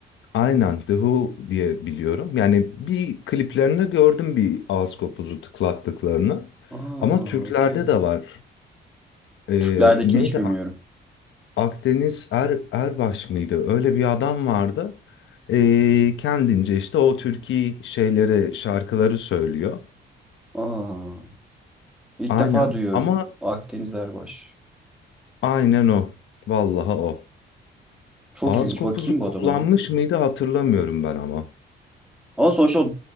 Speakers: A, on the left; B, in the centre.
A: aynen The Who diye biliyorum. Yani bir kliplerinde gördüm bir ağız kopuzu tıklattıklarını.
B: Aa,
A: Ama Türklerde
B: okey.
A: de var. Ee,
B: Türklerdekini
A: neydi?
B: hiç bilmiyorum.
A: Ak- Akdeniz Er, Erbaş mıydı? Öyle bir adam vardı. Ee, kendince işte o türkü şeyleri, şarkıları söylüyor.
B: Aa, ilk
A: Aynen
B: defa duyuyorum.
A: ama
B: Akdeniz Erbaş.
A: aynen o. Vallahi o.
B: Çok
A: Ağız
B: ilginç.
A: kopuzu
B: Bakayım
A: kullanmış
B: bu adama ya.
A: mıydı hatırlamıyorum ben ama.
B: Ama sonuçta o